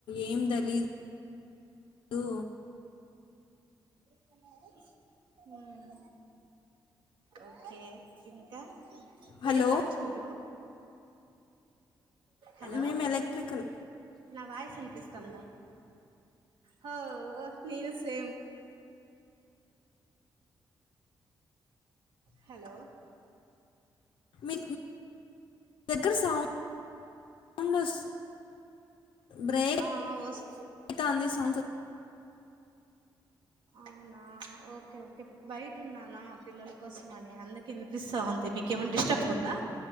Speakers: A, on the left (about 85°); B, on the right (about 70°).
A: ఏం తెలీ దు
B: హ ఓకే ఇంక
A: హలో!
B: ఏ బ్రాంచ్ మీరు హలో
A: మేము ఎలెక్ట్రికల్
B: నా వాయస్ విన్పి స్తన్ హో నీవు సేమ్ హెలో
A: మీ దగ్గర సాం సౌండ్ వస్ బ్రేక్
B: ఆ వస్
A: అయితంది సౌండ్
B: అవునా ఓకే ఓకే బయట ఉన్నానా పిల్లల కోసం అని అందుకి వినిపిస్తా ఉంది మీకు ఇంకేమైన డిస్టర్బ్ ఉందా